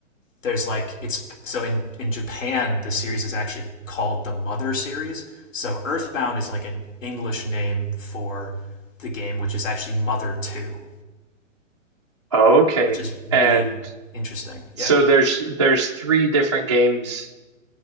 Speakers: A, on the left (about 75°); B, on the right (about 25°).
A: there's like it's so in in Japan the series is actually called the Mother series. So Earthbound is like an English name for the game, which is actually Mother Two,
B: Okay,
A: which is
B: and
A: really interesting. Yeah,
B: so there's there's three different games